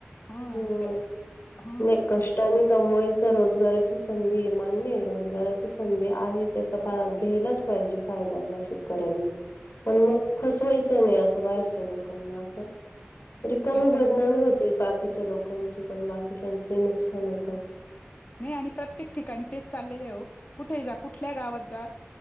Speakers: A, on the left; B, on the left.
A: ह
B: हम्म.
A: ते ह
B: नाई कष्टानी कमवायचं रोजगाराची संधीये, मान्य आहे रोजगाराची संधी आहे, त्याचा भाग घ्यायलाच पाहिजे फायदा नाशिक करांनी. पण
A: हम्म
B: मग, फसवायचं नाही असं बाहेरच्या लोकांना असं
A: हम्म
B: रिकामी
A: ते तर
B: बदनामी
A: आहेच
B: होते बाकीच्या लोकांची पण, बाकीच्यांचही नुकसान होतं.
A: हम्म, नाही आणि प्रत्येक ठिकाणी तेच चाललेले आहे हो, कुठे हि जा कुठल्या गावात जा